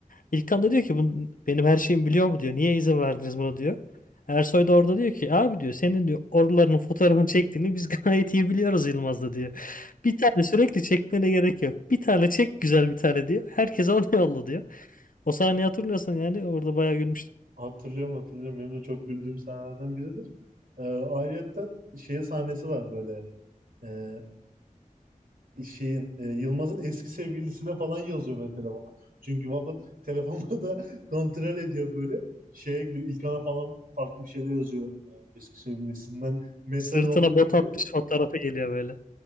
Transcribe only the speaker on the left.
İlkan da diyor ki "Bu benim her şeyimi biliyor mu diyor. Niye izin verdiniz buna diyor. Ersoy da orada diyor ki abi diyor senin diyor oralarının fotoğrafını çektiğini biz <laughs> gayet iyi biliyoruz Yılmaz da diyor. Bir tane sürekli çekmene gerek yok. Bir tane çek güzel bir tane diyor. Herkese onu yolla diyor. O sahneyi hatırlıyorsan yani orada bayağı gülmüştüm.
Sırtına
bot
atmış fotoğrafı geliyor böyle.